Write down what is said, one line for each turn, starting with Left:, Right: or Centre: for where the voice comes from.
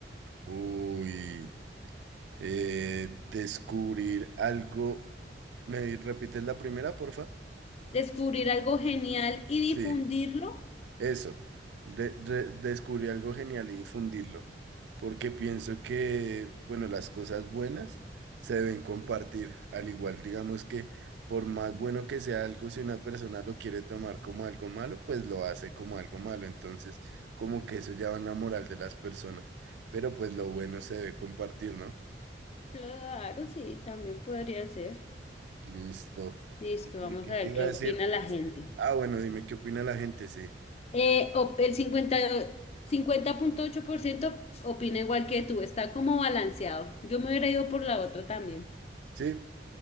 Right: Uy, eh, descubrir algo. ¿Me repites la primera, porfa?
Left: ¿Descubrir algo genial y difundirlo?
Right: Sí, eso. De- de- descubrir algo genial y difundirlo. porque pienso que, bueno, las cosas buenas se deben compartir, al igual, digamos que por más bueno que sea algo, si una persona lo quiere tomar como algo malo, pues lo hace como algo malo, entonces como que eso ya va en la moral de las personas, pero pues lo bueno se debe compartir, ¿no?
Left: Claro, sí, también podría ser.
Right: Listo.
Left: Listo,
Right: ¿Y
Left: vamos
Right: ¿Qué
Left: a
Right: te
Left: ver
Right: iba
Left: qué
Right: a
Left: opina
Right: decir?
Left: la gente.
Right: Ah, bueno, dime qué opina la gente, sí.
Left: Eh, op- el cincuenta cincuenta punto ocho por ciento opina igual que tú, está como balanceado. Yo me hubiera ido por la otra también.
Right: ¿Sí?